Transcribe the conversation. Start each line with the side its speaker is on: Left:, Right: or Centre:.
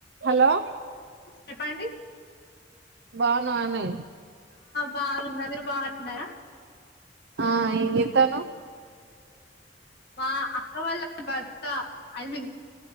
Right: Hello
Left: చెప్పండి
Right: బాగున్నావానే
Left: బాగు బాగు ఎన్నారా
Right: ఆ ఏ ఎతాను
Left: మా అక్క వాళ్ళ భర్త ఐ మీన్